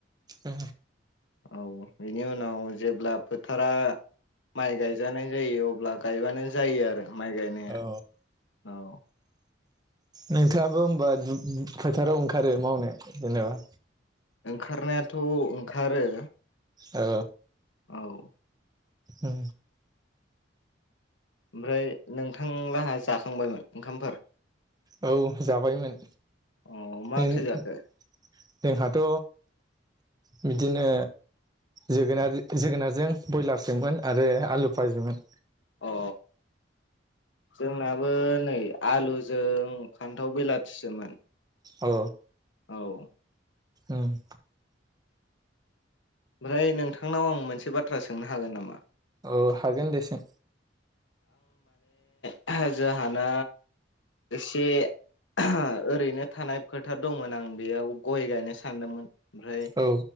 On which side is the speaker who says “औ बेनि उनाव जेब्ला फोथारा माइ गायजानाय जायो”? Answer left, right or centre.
Left